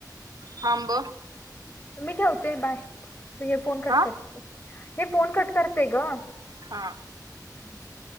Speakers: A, on the right; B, on the left.
A: थांब
B: मी ठेवते बाय. हे फोन कट
A: हा
B: करते. हे फोन कट करते ग.
A: हा
B: <inaudible>